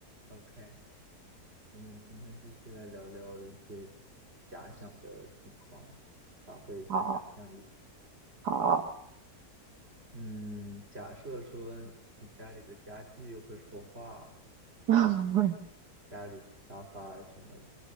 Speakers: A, on the right; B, on the right.
A: OK，我们今天继续来聊聊一些假想的情况，发挥一下想象力。
B: 好好，
A: 嗯，假设说你家里的家具会说话，
B: <laughs>
A: 家里沙发、什么